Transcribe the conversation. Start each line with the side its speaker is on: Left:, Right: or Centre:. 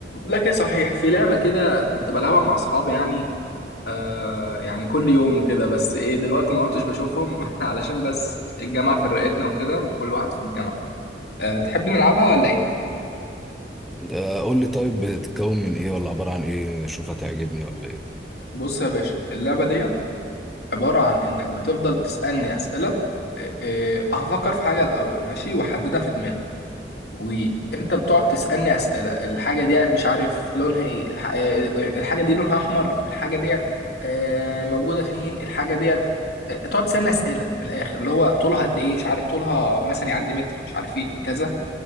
Left: لكن صحيح في لعبة كده كنت بلعبها مع أصحابي يعني آه يعني كل يوم وكده بس إيه دلوقتي ما كنتش بشوفهم <laughs> علشان بس الجامعة فرقتنا وكده وكل واحد في الجامعة آه تحب نلعبها ولا إيه؟
Centre: آه، قول لي طيب بتتكون من ايه ولا عبارة عن ايه شوف هتعجبني ولا ايه
Left: بص يا باشا اللعبة ديت عبارة عن إنك بتفضل تسألني أسئلة آه آه، هفكر في حاجة الأول ماشي وأحددها في دماغي وانت بتقعد تسالني اسئله الحاجه ديت مش عارف لونها ايه الح... آه، الحاجه دي لونها احمر الحاجه ديت آه، موجوده فين الحاجه ديت آه، تقعد تسالني اسئله من الاخر اللي هو طولها قد ايه مش عارف طولها مثلا يعدي متر مش عارف ايه كذا